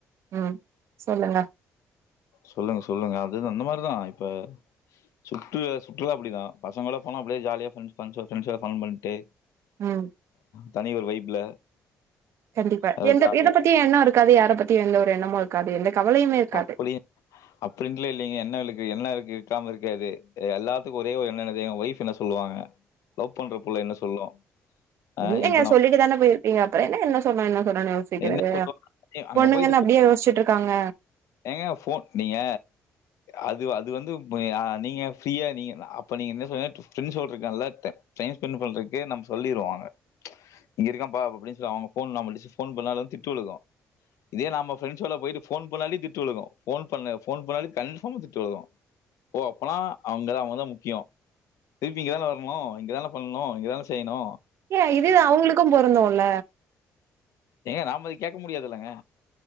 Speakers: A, on the right; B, on the left.
A: ம் சொல்லுங்க
B: சொல்லுங்க சொல்லுங்க அதுது அந்த மாரிதா இப்ப சுட்டு சுற்றுலா அப்புடிதா பசங்களா போனா அப்டியே ஜாலியா ஃப்ரெண்ட்ஸ் ஃப்ரெண்ட்ஸோ ஃப்ரெண்ட்ஸோட ஃபன் பண்ட்டு
A: ம்
B: தனி ஒரு வைப்ல
A: கண்டிப்பா
B: அது
A: எந்த
B: ஜாலியா
A: எத பத்தியு எண்ணொ இருக்காது யார பத் தியு ஒரு எண்ணமு இருக்காது எந்த கவலையுமே இருக்காது
B: அப்புடியெ அப்டின்லெ இல்லெங்க என்ன விழுக்கு என்ன இருக்கு க்காம இருக்காது எல்லாத்துக்கு ஒரே ஒரு எண்ண என்ன தெரிமா ஒய்ஃப் என்ன சொல்லுவாங்க லவ் பண்ற புள்ள என்ன சொல்லு ஆ
A: என்னங்க
B: இப்ப நம்
A: சொல்லிட்டு தானே போயிருப்பீங்க அப்பறொ என்ன என்ன சொன்னா என்ன சொன்னோன யோசிக்கிறது
B: என்ன சொல்லுவாங்க ஏ அங்க
A: பொண்ணுங்கன்னு
B: போயிட்டு ஃபோ
A: அப்டியே யோசுச்சுட்ரு க்காங்க
B: ஏங்க ஃபோன் நீங்க அது வ அது வந்து யா நீங்க ஃப்ரீயா நீங்க அப்ப நீங்க என்ன சொன்ன ஃப்ரெண்ட்ஸோட இருக்கான்லத்தெ டைம் ஸபென் பண்றக்கு நம்ம சொல்லிருவோங்க இங்க இருக்காம்பா அப அப்டின் சொலி அவுங்க ஃபோன் நம்ம டிஸிஸ் ஃபோன் பண்ணாதன் திட்டு விழுகு இதே நாம்ம ஃப்ரெண்ட்ஸோட போயிட்டு ஃபோன் பண்ணாட்டி தி சொல்லுனு ஃபோன் பண்ண ஃபோன் பண்ணாலு கன்ஃபாம் திட்டுழுகு ஓ அப்பன்னா அவுங்கதா அவுங்கதா முக்கியமோ திருப்பி இங்கதான வர்னு இங்கதான பண்ணு இங்கதான செய்னு
A: ஏ இதுவே அவங்களுக்கு பொருந்து ல்ல
B: ஏங்க நாம அத கேக்க முடியாதுலங்க